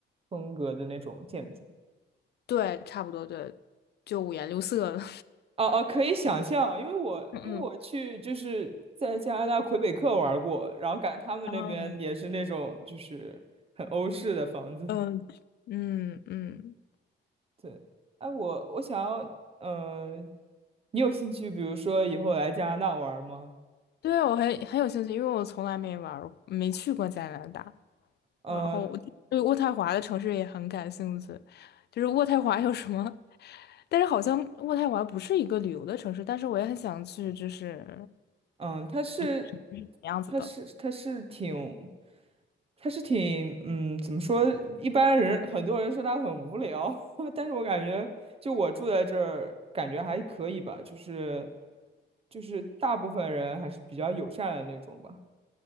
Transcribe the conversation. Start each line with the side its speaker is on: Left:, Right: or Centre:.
Right: 风格的那种建筑？
Left: 对，差不多对，就五颜六色的。
Right: 哦哦，可以想象，因为我因为我去就是在加拿大魁北克玩过，
Left: <laughs> 嗯
Right: 然后感觉他们那边也是那种就是很欧式的房子。
Left: 嗯。嗯、嗯嗯，
Right: 对，哎，我我想要，呃，你有兴趣，比如说以后来加拿大玩儿吗？
Left: 对，我很很有兴趣，因为我从来没玩儿，没去过加拿大。
Right: 嗯
Left: 然后我对渥太华的城市也很感兴趣，就是渥太华有什么？但是好像渥太华不是一个旅游的城市，但是我也很想去，就是
Right: 嗯，他是，
Left: 是什么样子的？
Right: 他是，他是挺，他是挺，嗯，怎么说？一般人很多人说他很无聊，<laughs> 但是我感觉，就我住在这儿，感觉还可以吧，就是就是大部分人还是比较友善的那种吧。